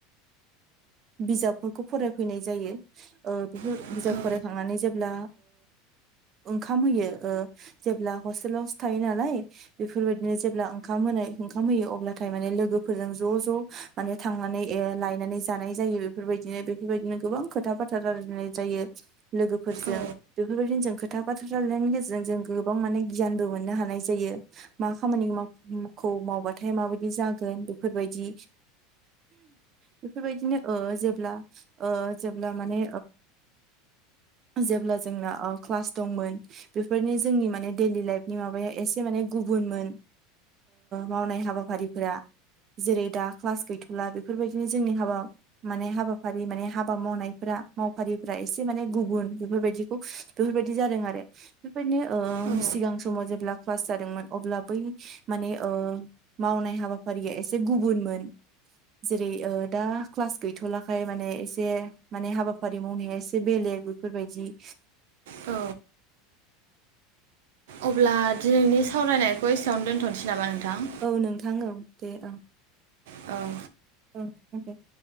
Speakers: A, on the right; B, on the right.
A: बिजाबफोरखौ फराय फैनाय जायो। बेफोर
B: औ
A: बिजाब
B: औ
A: फरायखांनानै जेब्ला ओंखाम होयो जेब्ला हस्टेलावसो थायो नालाय बेफोरबायदिनो जेब्ला ओंखाम होनाय ओंखाम होयो अब्लाथाय माने लोगोफोरजों ज' ज' माने थांनानै लायनानै जानाय जायो बेफोरबायदिनो बेफोरबायदिनो गोबां खोथा फोथार आरो मोननाय जायो। लोगोफोरजों
B: औ
A: बेफोरबायदिनो जोंखो। खोथा बोाथ्रा लनायनि गेजेरजों जों गोबां माने गियानबो मोननो हानाय जायो मा खामानिखौ मावबाथाय माबायदि जागोन बेफोरबायदि बेफोरबायदिनो जेब्ला जेब्ला माने जेब्ला जोंना क्लास दंमोन बेफोरनो जोंनि माने दैयैलि लाइफनि माबाया एसे माने गुबुनमोन मावनाय हाबाफारिफोरा जेरै दा क्लास गैथ'ला बेफोरबायदिनो जोंनि हाबा माने हाबाफारि माने हाबा मावनायफोरा मावफारिफ्रा एसे माने गुबुन बेफोरबायदिखौ बेफोरबायदि जादों आरो बेबायदिनो
B: औ
A: सिगां समाव जेब्ला क्लास जादोंमोन अब्ला बै माने मावनाय हाबाफारिया एसे गुबुनमोन जेरै दा क्लास गैथ'लाखाय माने एसे माने हाबा फारि मावनाया एसे बेलेग बेफोरबायदि
B: औ अब्ला दिनैनि सावरायनाय खो एसेआवनो दोनथ'नोसै नामा नोंथां?
A: औ नोंथां औ दे ओं
B: औ
A: ओं <unintelligible>